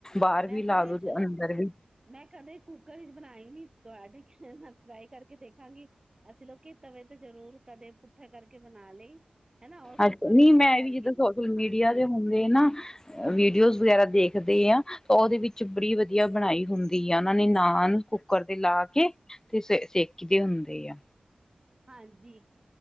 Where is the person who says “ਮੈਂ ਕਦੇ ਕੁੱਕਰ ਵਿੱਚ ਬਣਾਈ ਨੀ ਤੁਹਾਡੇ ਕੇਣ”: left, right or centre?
Right